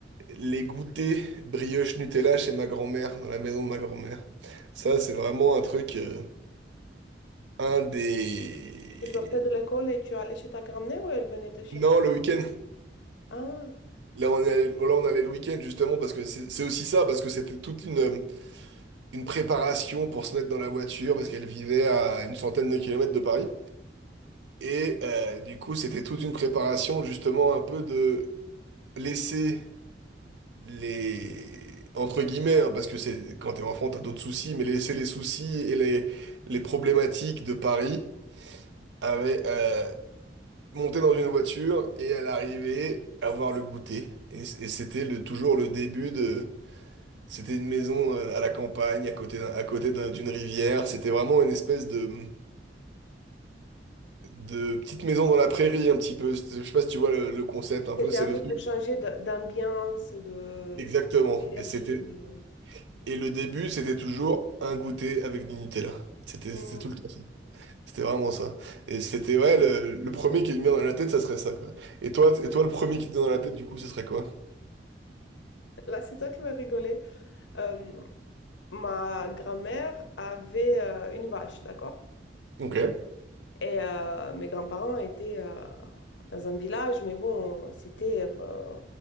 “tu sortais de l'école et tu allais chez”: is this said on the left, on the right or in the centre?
Left